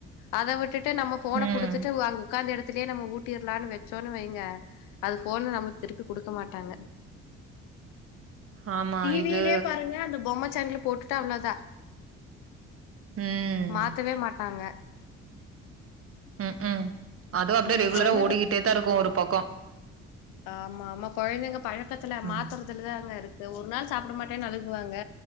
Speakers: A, on the left; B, on the right.
A: அத விட்டுட்டு நான் போனை
B: ம்.
A: கொடுத்துட்டு உ உடக்காந்து எடுத்து அங் நம்ம ஊட்டிடலாம்னு வச்சோன்னு வைங்க அது போன் நமக்கு திருப்பி கொடுக்க மாட்டாங்க
B: ஆமா
A: டிவிலயே
B: இது
A: பாருங்க அந்த பொம்மை சேனல் போட்டுட்டா அவ்வளதான்
B: ம்.
A: மாத்தவே மாட்டாங்க
B: ஹம் ஹம் அதுவும் அப்டியே
A: ம்
B: ரெகுலரா
A: கொழந்தை
B: ஓடிக்கிட்டே தான் இருக்கும் ஒரு பக்கம் கோக்
A: ஆமா ஆமா கெழந்தைங்க பழக்கத்தல
B: ம்
A: மாற்றுறதுல தான் அங்கே இருக் ஒரு நாள் சாப்பட மாட்டேன்னு அழுகுவாங்க